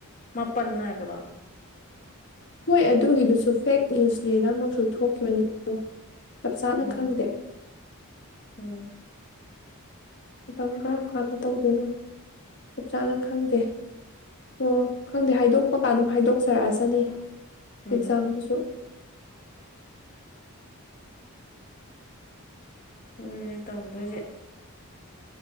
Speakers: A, on the left; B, on the left.
A: ꯃꯄꯥꯟꯅ ꯍꯥꯏꯈꯗꯥꯣ
B: ꯍꯣꯏ ꯑꯗꯨꯒꯤꯗꯨꯁꯨ ꯐꯦꯛ ꯅ꯭ꯌꯨꯁꯅꯦꯅ ꯑꯃꯛꯁꯨ ꯊꯣꯛꯈꯤꯕꯅꯤ ꯆꯞ ꯆꯥꯅ
A: ꯎꯝ
B: ꯈꯪꯗꯦ
A: ꯎꯝ
B: ꯃꯇꯝ ꯀꯔꯝ ꯀꯥꯟꯗ ꯇꯧꯗꯣꯏꯅꯣ ꯆꯞ ꯆꯥꯅ ꯈꯪꯗꯦ ꯑꯗꯣ ꯈꯪꯗꯦ ꯍꯥꯏꯗꯣꯛꯄ ꯀꯥꯟ ꯑꯗꯨꯝ ꯍꯥꯏꯗꯣꯛꯆꯔꯛꯑꯁꯅꯤ
A: ꯎꯝ
B: ꯑꯦꯛꯖꯥꯝꯗꯁꯨ
A: ꯎ ꯇꯧꯗꯣꯏꯁꯦ